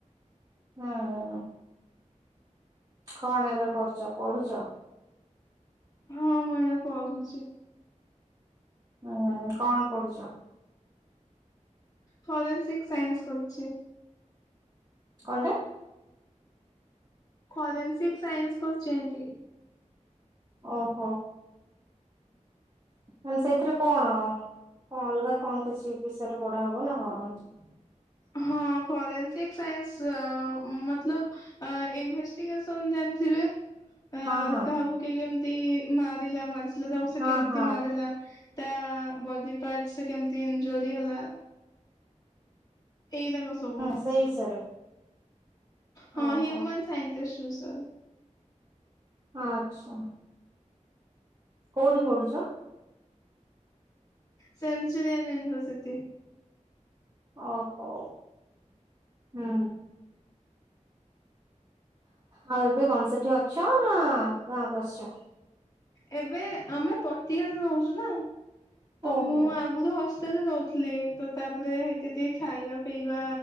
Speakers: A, on the right; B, on the left.
A: ହଁ ଅଁ। କଣ ଏବେ କରୁଚ ପଢୁଚ?
B: ହଁ ମୁଁ ଏଇନା ପଢୁଚି।
A: ଉ ହୁଁ କଣ ପଡୁଚ?
B: ଫରେନ୍ସିକ୍ ସାଇନ୍ସ କରୁଚି।
A: କଣ୍ଟେ?
B: ଫରେନ୍ସିକ ସାଇନ୍ସ କରୁଚେନ୍ତି।
A: ଓହୋ। ମାନେ ସେଇଥିରେ କଣ କଣ ଅଲଗା କଣ କିଛି ବିଷୟରେ ପଢା ହବ ନା କଣ ଏଠି?
B: ହଁ ଫରେନସିକ ସାଇନ୍ସ ମତଲବ ଇନଭେଷ୍ଟିଗେସନ ଜାଣିଥିବେ? ଆ
A: ହଁ ହଁ
B: କାହାକୁ କିଏ କେମିତି ମାରିଲା ମାରିଥିଲେ ତାକୁ ସେ
A: ହଁ
B: କେମିତି
A: ହଁ
B: ମାରିଲା ତା ବଡି ପାର୍ଟ କେମିତି ଇନଜୋରି ହେଲା ଏଇରାକ ସବୁ।
A: ହଁ ସେଇ ବିଷୟରେ?
B: ହଁ
A: ଓହୋ
B: ହ୍ୟୁମନ ସାଇଣ୍ଟିଷ୍ଟ ବିଷୟରେ।
A: ଆଚ୍ଛା। କୋଉଠି ପଢୁଛ?
B: Centurion University.
A: ଓହୋ ହୁଁ। ଆଉ ଏବେ କଣ ସେଠି ଅଛ ନା ଗାଁକୁ ଆସିଛ?
B: ଏବେ ଆମେ ପତିଆରେ ରହୁଛୁ ନା ତ
A: ଓହୋ
B: ମୁଁ ଆଗରୁ ହସ୍ ଲେ ରହୁଥିଲି ତ ତାପରେ ସେଇଠୀ ଟିକେ ଖାଇବା ପିଇବା